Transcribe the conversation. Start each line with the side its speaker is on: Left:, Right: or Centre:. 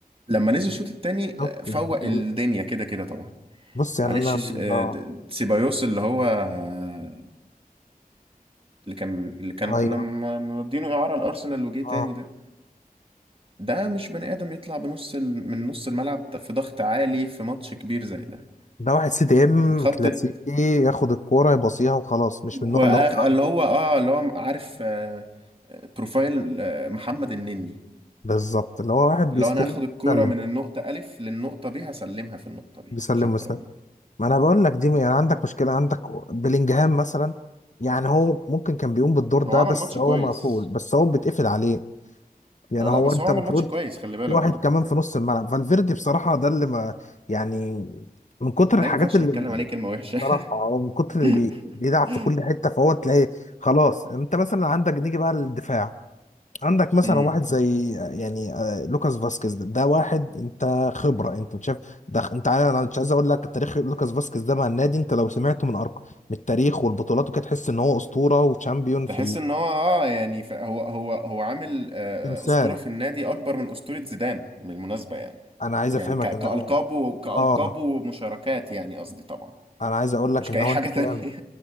Right: لما نزل الشوط التاني
Left: شفت
Right: آه، فوق
Left: الفريق
Right: الدنيا كده كده طبعا
Left: بص يعني
Right: معلش
Left: انا
Right: س- آه،
Left: اه
Right: د- سيبايوس اللي هو آه، اللي كان اللي كان
Left: ايوه
Right: كنا م- مودينه اعاره الارسنال وجه تاني
Left: اه
Right: ده ده مش بني ادم يطلع بنص ال... من نص الملعب في ضغط عالي في ماتش كبير زي ده
Left: ده واحد سي دي ام
Right: وخط
Left: كلاسيكي
Right: الت-
Left: ياخد الكوره يباصيها وخلاص مش
Right: وآخ...
Left: من النوع اللي هو بيعدي
Right: اللي هو اه اللي هو عارف آه، آه، بروفايل آه، محمد النني
Left: بالظبط اللي هو واحد بيستلم
Right: اللي هو انا هاخد الكوره
Left: بيسلم
Right: من النقطه الف للنقطه ب هسلمها في النقطه ب
Left: بيسلم
Right: شكرا
Left: ويسلم ما انا بقول لك دي يعني عندك مشكله عندك بلينجهام مثلا يعني هو ممكن كان بيقوم بالدور ده
Right: هو عمل
Left: بس
Right: ماتش
Left: هو
Right: كويس
Left: مقفول بس هو بيتقفل عليه يعني
Right: آه لا
Left: هو
Right: بس
Left: انت
Right: هو
Left: المفروض
Right: عمل ماتش كويس خلي بالك
Left: في واحد
Right: برضه
Left: كمان في نص الملعب فالفيردي بصراحة ده اللي ما يعني من كتر
Right: ده
Left: الحاجات
Right: ما ينفعش
Left: اللي
Right: نتكلم عليه كلمة وحشة
Left: بصراحة أو من كتر
Right: <laughs>
Left: اللي بي- بيلعب في كل حتة فهو تلاقي خلاص انت مثلا عندك نيجي بقى للدفاع عندك مثلا
Right: امم
Left: واحد زي يعني آه، لوكاس فاسكيز ده, ده واحد انت خبرة انت مش شايف ده انت عارف انا مش عايز اقول لك تاريخ لوكاس فاسكيز ده مع النادي انت لو سمعته من ارقام من التاريخ والبطولات وكده تحس ان هو اسطورة وشامبيون
Right: تحس
Left: في
Right: ان هو اه يعني ف- هو هو هو عامل آه،
Left: التمثال
Right: آه، اسطوره في النادي اكبر من اسطوره زيدان بالمناسبه يعني
Left: انا عايز
Right: يعني
Left: افهمك
Right: ك-
Left: ان
Right: كالقاب
Left: هو
Right: و- كالقاب
Left: اه
Right: ومشاركات يعني قصدي طبعا
Left: انا عايز اقول لك
Right: مش
Left: ان
Right: كاي
Left: هو
Right: حاجه
Left: انت
Right: تانية
Left: فاهم